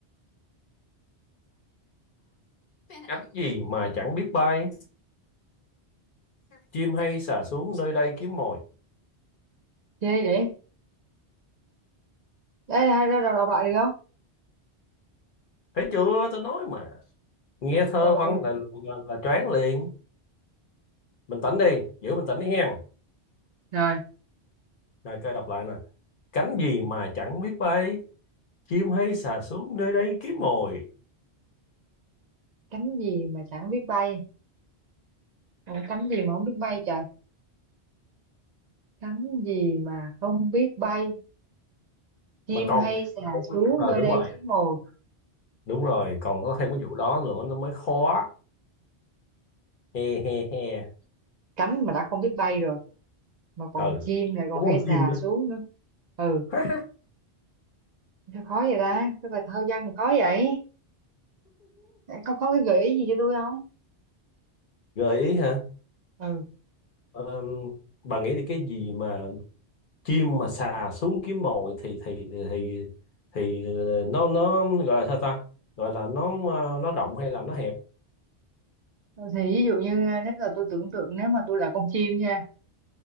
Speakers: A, on the left; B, on the right.
A: Cánh gì mà chẳng biết bay, chim hay xà xuống nơi đây kiếm mồi.
B: ghê vậy. Ê, hai ra đầu đọc lại được không?
A: Thấy chưa, tôi nói mà. Nghe thơ
B: Đọc lại
A: văn
B: đi
A: là là, là choáng liền. mình tĩnh đi, giữ mình tĩnh đi hen.
B: rồi
A: Rồi coi đọc lại nè. Cánh gì mà chẳng biết bay, chim hay xà xuống nơi đây kiếm mồi.
B: cánh gì mà chẳng biết bay Ủa, cánh gì mà không biết bay trời cánh gì mà không biết bay chim
A: Mà còn,
B: hay xà xuống
A: ờ
B: nơi
A: đúng
B: đây
A: rồi,
B: kiếm mồi
A: đúng rồi, còn có thêm cái vụ đó nữa nó mới khó. He he he.
B: cánh mà đã không biết bay rồi mà còn
A: Ừ,
B: chim lại còn
A: có con
B: hay xà
A: chim nữa.
B: xuống nữa ừ
A: <laughs>
B: sao khó vậy ta cái bài thơ văn thì khó vậy có có cái gợi ý gì cho tôi không
A: Gợi ý hả?
B: ừ
A: Ờ, bà nghĩ thì cái gì mà chim mà sà xuống kiếm mồi thì thì thì thì, thì ờ, nó nó gọi là sao ta gọi là nó ờ, nó rộng hay là nó hẹp
B: thì ví dụ như nếu là tôi tưởng tượng nếu mà tôi là con chim nha